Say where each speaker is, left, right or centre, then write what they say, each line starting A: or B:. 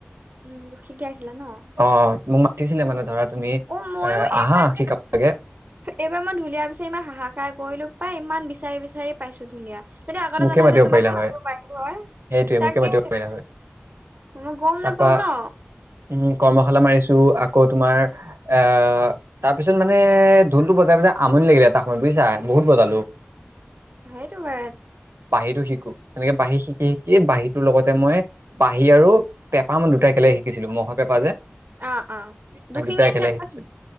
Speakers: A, on the right; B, on the right.
A: উম, শিকাইছিলা ন'।
B: অ মোক মাতিছিলে মানে, ধৰা তুমি
A: অ', ময়ো
B: এ
A: এইবাৰ
B: আহা
A: যে,
B: শিকাব লাগে
A: এইবাৰ মই ঢুলীয়া বিচাৰি ইমান হাহাক ট্ৰাই কৰিলো পাই, ইমান বিচাৰি বিচাৰি পাইছো ঢুলীয়া। সেইটো আগতেই
B: মোকে
A: জনা
B: মাতিব
A: হ'লে, তোমাকেই
B: পাৰিলা হয়
A: মাতিব পাৰিলোঁ হয়,
B: সেইটোৱে মোকে
A: তাকেহে।
B: মাতিব পাৰিলা হয়
A: মই গম
B: তাপা
A: নাপাওঁ ন'।
B: উম, কৰ্মশালা মাৰিছো, আকৌ তোমাৰ আহ তাৰপিছত মানে ঢোলটো বজাই বজাই আমনি লাগিলে এটা সময়ত, বুজিছা? বহুত বজালোঁ।
A: সেইটো হয়।
B: বাঁহীটো শিকো। এনেকে বাঁহী শিকি শিকি, বাঁহীটোৰ লগতে মই বাঁহী আৰু পেঁপা মই দুটাই একেলগ শিকিছিলোঁ, মহৰ পেঁপা যে।
A: অ', অ',
B: সেই
A: দুশিঙীয়া
B: দুটা একেলগে
A: পেঁপা
B: শিকিছিলোঁ